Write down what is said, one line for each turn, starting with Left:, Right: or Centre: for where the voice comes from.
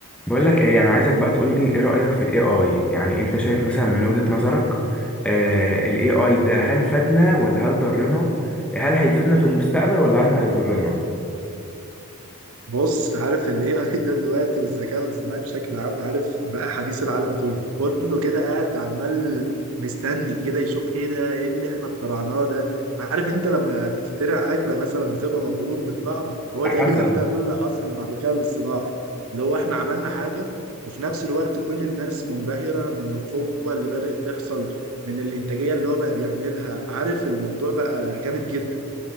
Centre: بقول لك ايه انا عايزك بقى تقول لي ايه رأيك في الاي اي يعني انت شايف مثلا من وجهة نظرك آه الاي اي ده هل فادنا ولا هل ضرنا هل هيفيدنا في المستقبل ولا هل هيضرنا
Right: بص عارف ال AI ده دلوقتي والذكاء الاصطناعي بشكل عام عارف بقى حديث العالم كله كله كده قاعد عمال مستني كده يشوف ايه ده ايه اللي احنا اخترعناه ده عارف انت لما تخترع اكلة مثلا وتبقى مبهور بالطعم هو
Centre: على
Right: تقريبا
Centre: حسب
Right: ده اللي حاصل مع الذكاء الاصطناعي اللي هو احنا عملنا حاجة وفي نفس الوقت كل الناس منبهرة من القوة اللي بدأت تحصل من الإنتاجية اللي هو بقى بيعملها عارف الموضوع بقى جامد جدا